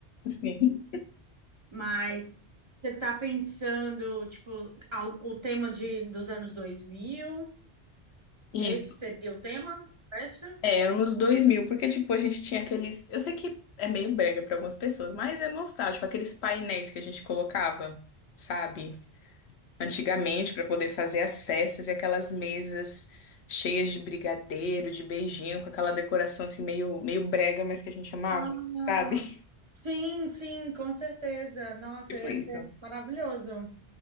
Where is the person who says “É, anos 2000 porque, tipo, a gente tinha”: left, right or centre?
Left